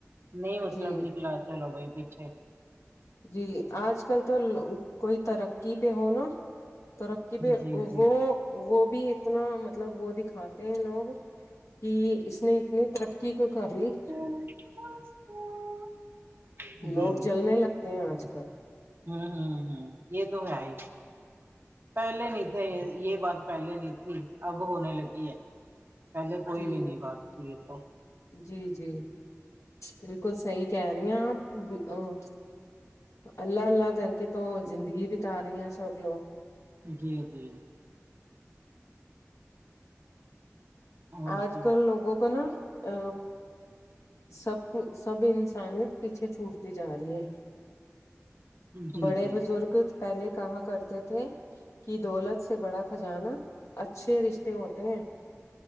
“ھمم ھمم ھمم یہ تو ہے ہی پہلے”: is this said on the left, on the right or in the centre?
Right